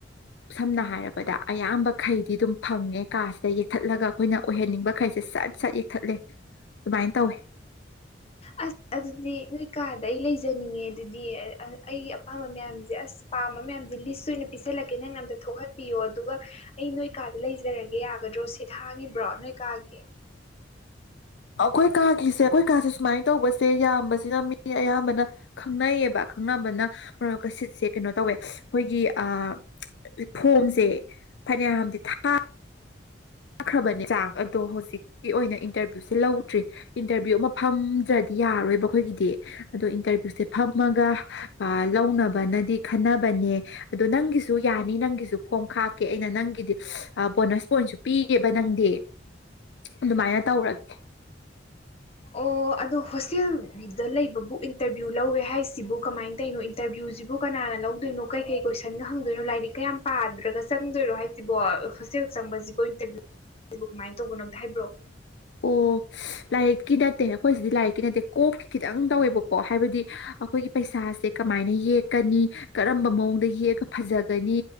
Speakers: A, on the left; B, on the left.
A: ꯁꯝꯅ ꯍꯥꯏꯔꯕꯗ ꯑꯌꯥꯝꯕꯈꯩꯗꯤ ꯑꯗꯨꯝ ꯐꯪꯉꯦ ꯀꯥꯁꯤꯗ ꯌꯦꯛꯊꯠꯂꯒ ꯑꯩꯈꯣꯏꯅ ꯑꯣꯏꯍꯟꯅꯤꯡꯕ ꯈꯩꯁꯦ ꯁꯠ-ꯁꯠ ꯌꯦꯛꯊꯠꯂꯦ ꯗꯨꯃꯥꯏꯅ ꯇꯧꯋꯦ꯫
B: ꯑꯁ ꯑꯗꯨꯗꯤ ꯅꯣꯏ ꯀꯥꯗ ꯑꯩ ꯂꯩꯖꯅꯤꯡꯉꯦ ꯑꯗꯨꯗꯤ ꯑ ꯑꯩꯒꯤ ꯑꯄꯥꯝꯕ ꯃꯌꯥꯝꯁꯦ ꯑꯁ꯫ ꯄꯥꯝꯕ ꯃꯌꯥꯝꯁꯦ ꯂꯤꯁ ꯑꯣꯏꯅ ꯄꯤꯁꯜꯂꯛꯀꯦ ꯅꯪꯅ ꯑꯝꯗ ꯊꯣꯛꯍꯟꯕꯤꯌꯣ ꯑꯗꯨꯒ ꯑꯩ ꯅꯣꯏ ꯀꯥꯗ ꯂꯩꯖꯔꯒꯦ ꯌꯥꯒꯗ꯭ꯔꯣ ꯁꯤꯠ ꯍꯥꯡꯉꯤꯕ꯭ꯔꯣ ꯅꯣꯏ ꯀꯥꯒꯤ꯫
A: ꯑꯈꯣꯏ ꯀꯥꯒꯤꯁꯦ ꯑꯈꯣꯏ ꯀꯥꯁꯦ ꯁꯨꯃꯥꯏꯅ ꯇꯧꯕꯁꯦ ꯌꯥꯝꯕꯁꯤꯅ ꯃꯤ ꯑꯌꯥꯝꯕꯅ ꯈꯪꯅꯩꯌꯦꯕ ꯈꯪꯅꯕꯅ ꯃꯔ ꯀꯁꯤꯠꯁꯦ ꯀꯩꯅꯣ ꯇꯧꯋꯦ ꯑꯩꯈꯣꯏꯒꯤ ꯑꯥ ꯐꯣꯝꯁꯦ ꯐꯅꯌꯥꯝꯗꯤ ꯊꯥ ꯊꯥꯈ꯭ꯔꯕꯅꯦ ꯆꯥꯛ ꯑꯗꯣ ꯍꯧꯖꯤꯛ ꯀꯤ ꯑꯣꯏꯅ ꯏꯟꯇꯔꯚꯤꯌꯨꯁꯦ ꯂꯧꯗ꯭ꯔꯤ ꯏꯟꯇꯔꯚꯤꯌꯨ ꯑꯃ ꯐꯝꯗ꯭ꯔꯗꯤ ꯌꯥꯔꯔꯣꯏꯕ꯫ ꯈꯣꯏꯒꯤꯗꯤ ꯑꯗꯣ ꯏꯟꯇꯔꯚ꯭ꯌꯨꯁꯦ ꯐꯝꯃꯒ ꯑꯥ ꯂꯧꯅꯕꯅꯗꯤ ꯈꯟꯅꯕꯅꯦ꯫ ꯑꯗꯣ ꯅꯪꯒꯤꯁꯨ ꯌꯥꯅꯤ ꯅꯪꯒꯤꯁꯨ ꯐꯣꯝ ꯈꯥꯛ ꯀꯦ ꯑꯩꯅ ꯅꯪꯒꯤꯗꯤ ꯑ ꯕꯣꯅꯁ ꯄꯣꯏꯟꯁꯨ ꯄꯤꯒꯦꯕ ꯅꯪꯗꯤ꯫ ꯑꯗꯨꯃꯥꯏꯅ ꯇꯧꯔꯒꯦ
B: ꯑꯣ ꯑꯗꯣ ꯍꯣꯁꯇꯦꯜꯒꯤꯗ ꯂꯩꯕꯕꯨ ꯏꯟꯇꯔꯚꯤꯌꯨ ꯂꯧꯋꯦ ꯍꯥꯏꯁꯤꯕꯨ ꯀꯃꯥꯏꯅ ꯇꯔꯤꯅꯣ ꯏꯟꯇꯔꯚ꯭ꯌꯨꯁꯤꯕꯨ ꯀꯅꯥꯅ ꯂꯧꯗꯣꯏꯅꯣ ꯀꯩꯀꯩ ꯀꯣꯏꯁꯟꯒ ꯍꯪꯗꯣꯏꯅꯣ ꯂꯥꯏꯔꯤꯛ ꯀꯌꯥꯝ ꯄꯥꯗ꯭ꯔꯒ ꯆꯪꯗꯣꯏꯔꯣ ꯍꯥꯏ ꯁꯤꯕꯣ ꯍꯣꯁꯇꯦꯜ ꯆꯪꯕꯁꯤꯕꯣ ꯏꯟꯇꯔꯚꯤꯌꯨ ꯀꯃꯥꯏꯅ ꯇꯧꯕꯅꯣ ꯑꯝꯇ ꯍꯥꯏꯕꯤꯔꯣ
A: ꯑꯣ ꯂꯥꯏꯔꯤꯛꯀꯤ ꯅꯠꯇꯦ ꯅꯈꯣꯏꯁꯤꯗꯤ ꯂꯥꯏꯔꯤꯛꯀꯤ ꯅꯠꯇꯦ ꯀꯣꯛꯀꯤ ꯈꯤꯇꯪ ꯇꯧꯋꯦꯕꯀꯣ ꯍꯥꯏꯕꯗꯤ ꯑꯩꯈꯣꯏꯒꯤ ꯄꯩꯁꯥꯁꯦ ꯀꯃꯥꯏꯅ ꯌꯦꯛꯀꯅꯤ ꯀꯔꯝꯕ ꯃꯑꯣꯡꯗ ꯌꯦꯛꯑ ꯐꯖꯒꯅꯤ